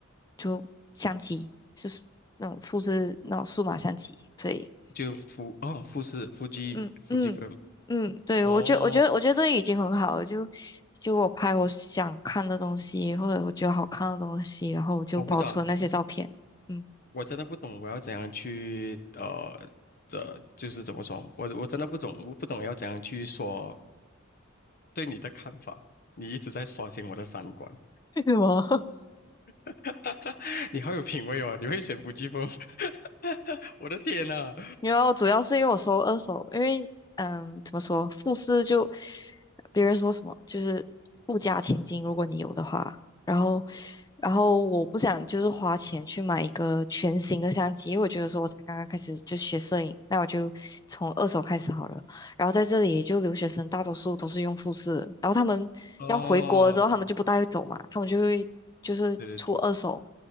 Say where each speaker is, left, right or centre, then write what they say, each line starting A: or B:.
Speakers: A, on the left; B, on the left.
A: 就相机，就是那种复制那种数码相机，所以。
B: 就富啊、富士富基富基
A: 嗯嗯嗯，
B: f
A: 对，
B: 哦，
A: 我觉我觉得我觉得这已经很好了，就就我拍我想看的东西，或者我觉得好看的东西，然后我就保存那些照片。
B: 我不知道，
A: 嗯，
B: 我真的不懂，我要怎样去呃的，就是怎么说，我我真的不懂，我不懂要怎样去说对你的看法。你一直在刷新我的三观，
A: <laughs> 为什么？
B: <laughs> 你好有品味哦，你会选腹基风，<laughs> 我的天呐！
A: 因为主要是因为我收二手，因为嗯，怎么说，富士就别人说什么就是富家千金，如果你有的话，然后然后我不想就是花钱去买一个全新的相机，因为我觉得说我才刚刚开始就学摄影，那我就从二手开始好了。然后在这里就留学生大多数都是用富士，然后他们要回国之后，
B: 哦，
A: 他们就不带走嘛，他们就会就是出二手。
B: 对对，